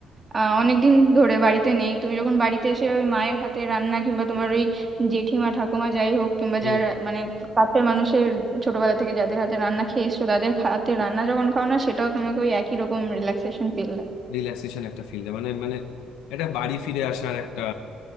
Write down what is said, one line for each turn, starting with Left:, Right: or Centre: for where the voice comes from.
Right: আহ অনেকদিন ধরে বাড়িতে নেই তুমি যখন বাড়িতে এসে ওই মায়ের হাতে রান্না কিংবা তোমার ওই জেঠিমা ঠাকুমা যাই হোক কিংবা
Left: হুম
Right: যারা মানে কাছের মানুষের ছোটবেলা থেকে যাদের হাতে রান্না খেয়ে এসছো তাদের হাতে রান্না যখন খাও না সেটাও তোমাকে ওই একই রকম রিল্যাক্সেশন ফিল দেয়
Left: রিল্যাক্সেশন একটা ফিল মানে মানে এটা বাড়ি ফিরে আসার একটা